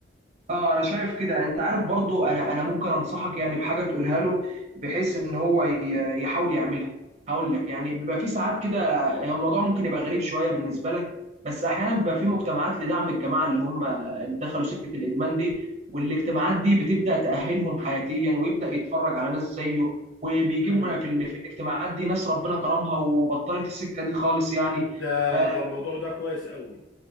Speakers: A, on the right (about 40°); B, on the left (about 85°).
A: اه انا شايف كده انت عارف برضو انا انا ممكن انصحك يعني بحاجه تقولها له بحيث ان هو ي- يحاول يعملها هقول لك يعني بيبقى في ساعات كده هو الموضوع ممكن يبقى غريب شويه بالنسبه لك بس احيانا بيبقى في مجتمعات لدعم الجماعه اللي هم اللي دخلوا سكه الادمان دي والاجتماعات دي بتبدا تاهلهم حياتيا ويبدا يتفرج على ناس زيه وبيجيبوا
B: امم
A: من- في ال- في الاجتماعات دي ناس ربنا كرمها وبطلت السكه دي خالص يعني
B: ده
A: ف-
B: ده الموضوع ده كويس قوي